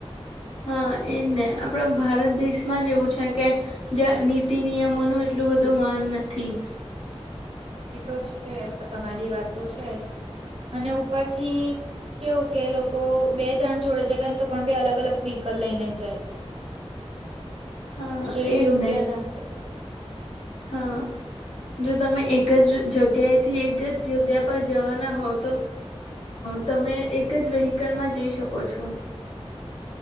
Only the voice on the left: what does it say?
હા એજ ને આપણા ભારત દેશમાં જ એવું છે કે જે નીતિ નિયમોનું એટલું બધું માન નથી.
હા
એ
જ ને
હા. જો તમે એક જ જગ્યાએથી એક જ જગ્યા પર જવાના હોવ તો તમે એક જ વ્હીકલમાં જઈ શકો છો.